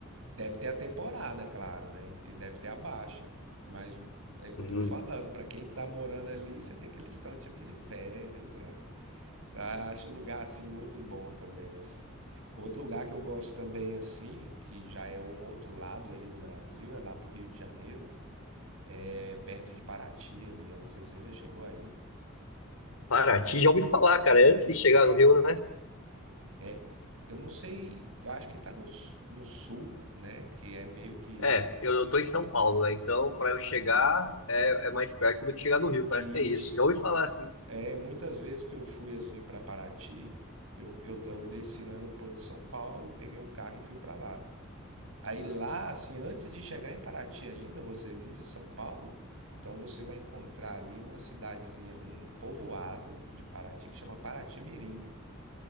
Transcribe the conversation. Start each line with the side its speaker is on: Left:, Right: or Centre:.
Right: deve ter a temporada, claro, né? E deve ter a baixa, mas é o que
Left: Hum,
Right: eu tô te falando, pra quem tá morando ali, você vê que eles estão tipo de férias, né? Eu Acho o lugar assim muito bom também assim. Outro lugar que eu gosto também assim, que já é um outro lado aí do Brasil, é lá pro Rio de Janeiro é perto de Paraty ali, eu não sei se você já chegou aí.
Left: Paraty, já ouvi falar, cara, É antes de chegar no Rio, né?
Right: É, eu não sei, eu acho que tá no, s- no sul, né? Que é meio que.
Left: É, eu, eu tô em São Paulo, né? Então, para eu chegar, é, é mais perto do que chegar no Rio, parece
Right: E
Left: que é isso.
Right: isso,
Left: Já ouvi falar assim.
Right: é, muitas vezes que eu fui assim para Paraty, eu, eu, eu desci no aeroporto de São Paulo, peguei um carro e fui para lá. Aí lá, assim, antes de chegar em Paraty ainda, você vindo de São Paulo, então você vai encontrar ali uma cidadezinha, um povoado de Paraty que chama Paraty Mirim.